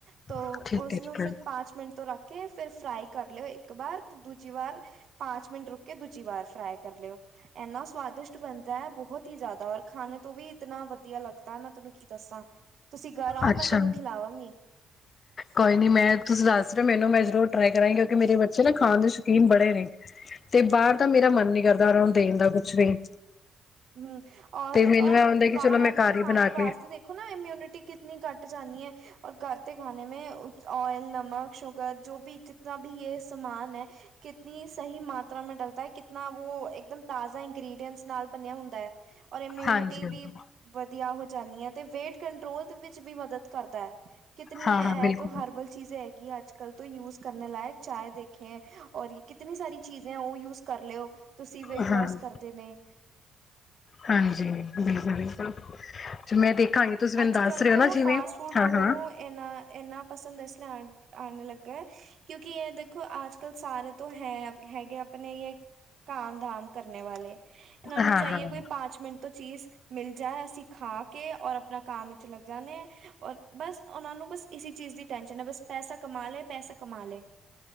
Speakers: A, on the right; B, on the left.
A: ਤੋ
B: ਠੀਕ
A: ਉਸਨੂੰ
B: ਹੈ ਠੀਕ
A: ਫਿਰ
B: ਹੈ
A: ਪੰਜ ਮਿੰਟ ਤੋਂ ਰੱਖ ਫਿਰ ਫਰਾਈ ਕਰ ਲਓ ਇੱਕ ਵਾਰ ਦੂਜੀ ਵਾਰ ਪੰਜ ਮਿੰਟ ਰੁਕ ਕੇ ਦੂਜੀ ਵਾਰ ਫਰਾਈ ਕਰ ਲਓ ਇੰਨਾ ਸਵਾਦਿਸ਼ਟ ਬਣਦਾ ਹੈ ਬਹੁਤ ਹੀ ਜ਼ਿਆਦਾ ਔਰ ਖਾਣੇ ਤੋਂ ਵੀ ਇਤਨਾ ਵਧੀਆ ਲੱਗਦਾ ਮੈਂ ਤੁਹਨੂੰ ਕੀ ਦੱਸਾਂ। ਤੁਸੀਂ ਘਰ ਆਓ
B: ਅੱਛਾ
A: ਮੈਂ ਤੈਨੂੰ ਖਿਲਾਵਾਂਗੀ।
B: ਕੋਈ ਨੀ ਮੈਂ ਤੁਸੀਂ ਦੱਸ ਰਹੇ ਹੋ ਮੈਨੂੰ ਮੈਂ ਜ਼ਰੂਰ ਟਰਾਏ ਕਰਾਂਗੀ ਕਿਉਂਕਿ ਮੇਰੇ ਬੱਚੇ ਨਾ ਖਾਣ ਦੇ ਸ਼ੌਕੀਨ ਬੜੇ ਨੇ ਤੇ ਬਾਹਰ ਦਾ ਮੇਰਾ ਮਨ ਨੀ ਕਰਦਾ ਉਹਨਾਂ ਨੂੰ ਦੇਣ ਦਾ ਕੁਛ ਵੀ।
A: ਹਮ ਔਰ-ਔਰ
B: ਤੇ ਮੈਨੂੰ ਇਹ ਹੁੰਦਾ ਕਿ
A: ਬਾਹਰ
B: ਚਲੋ ਮੈਂ ਘਰ
A: ਤਾਂ ਖਾਣ
B: ਹੀ ਬਣਾ
A: ਦੇ ਵਾਸਤੇ
B: ਕੇ
A: ਵੇਖੋ ਨਾ ਇਮਿਊਨਿਟੀ ਕਿਤਨੀ ਘੱਟ ਜਾਣੀ ਹੈ ਔਰ ਘਰ ਦੇ ਖਾਣੇ ਮੇ ਓਇਲ, ਨਮਕ, ਸ਼ੂਗਰ ਜੋ ਵੀ ਜਿਤਨਾ ਵੀ ਇਹ ਸਮਾਨ ਹੈ ਕਿਤਨੀ ਸਹੀ ਮਾਤਰਾ ਮੇ ਡਲਤਾ ਹੈ ਕਿਤਨਾ ਵੋ ਇੱਕਦਮ ਤਾਜ਼ਾ ਇੰਗਰੀਡੀਅਂਟਸ ਨਾਲ। ਬਣਿਆ ਹੁੰਦਾ ਹੈ। ਔਰ ਇਮਿਊਨਿਟੀ
B: ਹਾਂਜੀ ਹਾਂਜੀ
A: ਵੀ ਵਧੀਆ ਹੋ ਜਾਂਨੀ ਹੈ ਅਤੇ ਵੇਟ ਕੰਟਰੋਲ ਦੇ ਵਿੱਚ- ਵਿਚ ਵੀ ਮਦਦ ਕਰਤਾਂ। ਕਿਤਨੀ
B: ਹਾਂ
A: ਏ
B: ਹਾਂ ਬਿਲਕੁਲ
A: ਜੋ ਹਰਬਲ ਚੀਜ਼ ਹੈਗੀ ਅੱਜਕਲ ਤੋ ਯੁਥ- ਕਰਨੇ ਲਾਇਕ ਚਾ ਦੇਖੇ, ਔਰ ਯੇ ਕਿਤਨੀ ਸਾਰੀ ਚੀਜ਼ੇ ਉਹ ਯੂਜ ਕਰ ਲਿਓ। ਤੁਸੀਂ ਵੇਟ
B: ਹਾਂ
A: ਲੋਸ
B: ਹਾਂ
A: ਕਰਦੇ ਨੇ-
B: ਹਾਂਜੀ, ਬਿਲਕੁਲ -ਬਿਲਕੁਲ। ਤੇ ਮੈਂ ਦੇਖਾਂਗੀ ਤੁਸੀਂ ਮੈਨੂੰ
A: ਅੱਜ-
B: ਦੱਸ
A: ਕੱਲ
B: ਰਹੇ ਹੋ
A: ਤੋਂ
B: ਨਾ
A: ਫਾਸਟ
B: ਜਿਵੇਂ
A: ਫੂਡ ਲੋਗਾ
B: ਹਾਂ ਹਾਂ
A: ਨੂੰ, ਇਨਾ ਏਨਾ ਪਸੰਦ ਇਸ ਲਈ ਆ ਆਨੇ ਲੱਗ ਹੈ, ਕਿਉਂਕਿ ਇਹ ਦੇਖੋ ਅੱਜ ਕੱਲ ਸਾਰੇ ਤੋਂ ਹੈ, ਹੈਗੇ ਆਪਣੇ ਇਹ ਕਾਮ- ਦਾਮ ਕਰਨੇ ਵਾਲੇ। ਇਹਨਾਂ ਨੂੰ
B: ਹਾਂ
A: ਚਾਹੀਏ
B: ਹਾਂ
A: ਕੋਈ ਪਾਂਚ ਮਿੰਟ ਤੋਂ, ਚੀਜ਼ ਮਿਲ ਜਾਏ, ਅਸੀਂ ਖਾ ਕੇ ਔਰ ਆਪਣਾ ਕੰਮ ਵਿੱਚ ਲੱਗ ਜਾਂਨੇ, ਓਰ ਬਸ ਉਹਨਾਂ ਨੂੰ ਬਸ, ਇਸ ਚੀਜ਼ ਦੀ ਟੈਂਸ਼ਨ ਹੈ। ਬਸ, ਪੈਸਾ ਕਮਾ ਲੇ- ਪੈਸਾ ਕਮਾ ਲੇ।